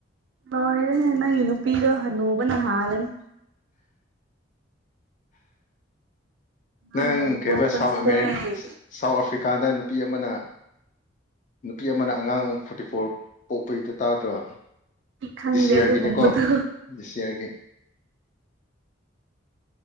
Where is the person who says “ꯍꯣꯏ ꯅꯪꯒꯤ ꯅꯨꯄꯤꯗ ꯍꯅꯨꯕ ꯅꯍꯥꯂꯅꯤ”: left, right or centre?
Right